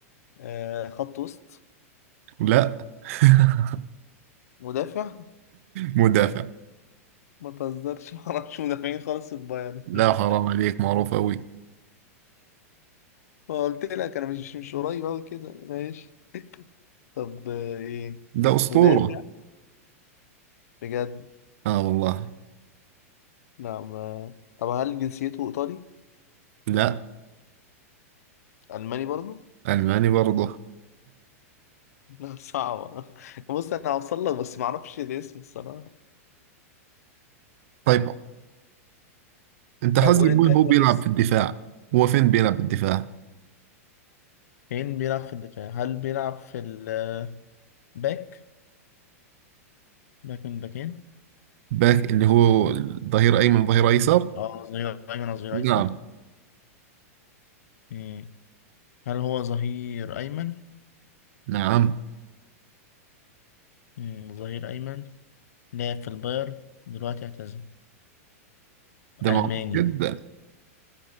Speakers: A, on the left (about 75°); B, on the right (about 60°).
A: آه خط وسط
B: لا <laughs>
A: مدافع
B: مدافع
A: <laughs> ما تهزرش ما اعرفش مدافعين خالص في البايرن
B: لا
A: <laughs>
B: حرام عليك معروف أوي
A: ما قلت لك انا مش مش قريب قوي كده ماشي طب آه، ايه
B: لا أسطورة
A: مدافع بجد
B: آه والله
A: لا ما طب هل جنسيته ايطالي
B: لا
A: الماني برضو
B: ألماني برضه
A: لا صعبة <laughs> بص انا هوصل لك بس ما اعرفش الاسم الصراحة
B: طيب أنت حسب
A: طب قول
B: مين
A: انت كده
B: هو بيلعب
A: الاسم
B: في الدفاع هو فين بيلعب في الدفاع
A: مين بيلعب في الدفاع هل بيلعب في الباك باك من باك من الباكين
B: باك اللي هو ظهير أيمن ظهير أيسر
A: اه ظهير ايمن او ظهير
B: نعم
A: ايسر مم. هل هو ظهير ايمن
B: نعم
A: مم، ظهير أيمن لعب في البايرن دلوقتي اعتزل
B: ده
A: ألماني
B: معروف جدا